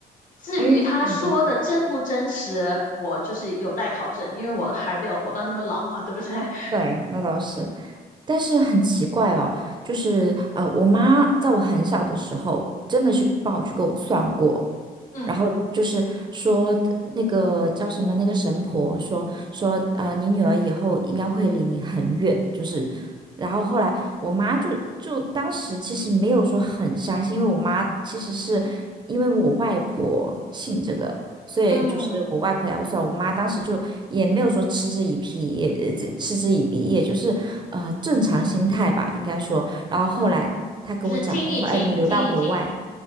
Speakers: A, on the left (about 55°); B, on the right (about 25°).
A: 至于他说的真不真实，
B: ，OK，
A: 我就是有待考证，因为我还没有活到那么老嘛，对不对？<laughs>
B: 对，那倒是。但是很奇怪哦，就是呃，我妈在我很小的时候，真的是帮我去给我算过，
A: 嗯
B: 然后就是说那个叫什么那个神婆说说呃，你女儿以后应该会离你很远，就是，然后后来我妈就就当时其实没有说很相信，因为我妈其实是因为我外婆信这个，所以就是我外婆也要算，
A: 嗯
B: 我妈当时就也没有说嗤之以鼻，也呃这嗤之以鼻，也就是呃正常心态吧，应该说。然后后来她跟我讲，
A: 嗯，就是听一听，
B: 她说：“哎，你留到国外，
A: 听一听。